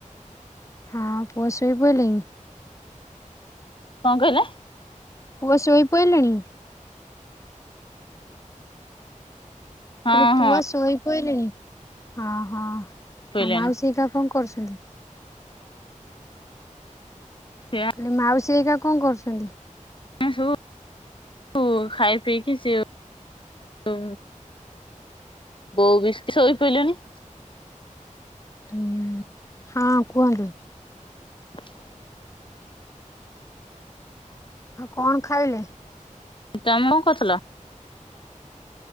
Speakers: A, on the left (about 20°); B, on the left (about 40°).
A: ହଁ ପୁଅ ଶୋଇ ପଇଁଲାଣି?
B: କଣ କହିଲେ?
A: ପୁଅ ଶୋଇ ପଇଲେଣି? ମୁଁ
B: ହଁ
A: କହିଁଲି ପୁଅ
B: ହଁ
A: ଶୋଇ ପଇଁଲେଣି ହଁ ହଁ ଆଉ
B: ଶୋଇଲାଣି
A: ମାଉସୀ ହେକା କଣ କରୁଛନ୍ତି?
B: ସେ
A: ମୁଁ କହିଲି ମାଉସୀ ହେକା କଣ କରୁଛନ୍ତି?
B: ସେ ସବୁ ଉଁ ଖାଇ ପିଇକି ସିଏ ଉଁ ବୋଉ ବି ସେଠିଁ ଶୋଇପଇଲେଣି
A: ହୁଁ ଉଁ ହଁ କୁହନ୍ତୁ?
B: <inaudible>
A: ଆଉ କଣ ଖାଇଲେ?
B: ତମେ କଣ କରୁଥିଲ?